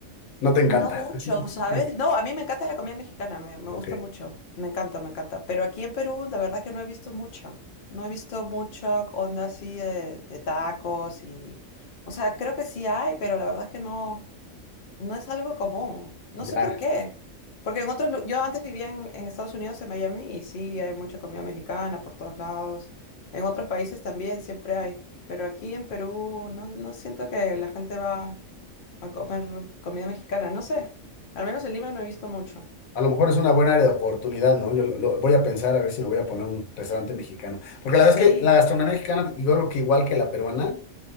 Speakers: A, on the left; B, on the left.
A: ¿No te encanta?
B: No mucho,
A: <laughs>
B: ¿sabes? No, a mí me encanta la comida mexicana, me, me
A: Ok,
B: gusta mucho, me encanta, me encanta. Pero aquí en Perú, la verdad que no he visto mucho, no he visto mucha onda así de, de tacos y... O sea, creo que sí hay, pero la verdad es que no, no es algo común. No
A: ya.
B: sé por qué. Porque en otros, lu- yo antes vivía en, en Estados Unidos, en Miami, y sí hay mucha comida mexicana por todos lados. En otros países también siempre hay, pero aquí en Perú no, no siento que la gente va a comer comida mexicana, no sé. Al menos en Lima no he visto mucho.
A: A lo mejor es una buena área de oportunidad, ¿no? Yo lo, lo- voy a pensar a ver si me voy a poner un restaurante mexicano. Porque la
B: Sí,
A: verdad es que la gastronomía mexicana, yo creo que igual que la peruana,